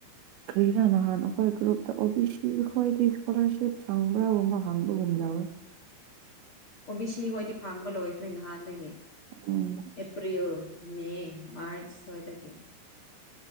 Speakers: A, on the right; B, on the left.
A: ꯀꯔꯤꯔ ꯍꯥꯟꯅ ꯍꯥꯟꯅ ꯑꯩꯈꯣꯏ ꯒ꯭ꯔꯨꯞꯇ ꯑꯣ ꯕꯤ ꯁꯤ ꯑꯩꯈꯣꯏꯗꯤ ꯏꯁꯀꯣꯂꯥꯔꯁꯤꯞ ꯆꯪꯕ꯭ꯔꯥꯒꯨꯝꯕ ꯍꯥꯡꯕꯒꯨꯝ ꯌꯥꯎꯋꯦ꯫
B: ꯑꯣ ꯕꯤ ꯁꯤ ꯍꯣꯏꯗꯤ ꯐꯥꯡꯕ ꯂꯣꯏꯈ꯭ꯔꯦ ꯅꯍꯥꯟꯗꯒꯤ
A: ꯎꯝ
B: ꯑꯦꯄ꯭ꯔꯤꯜ ꯃꯦ ꯃꯥꯔꯆ ꯁꯋꯥꯢ ꯗꯒꯤ꯫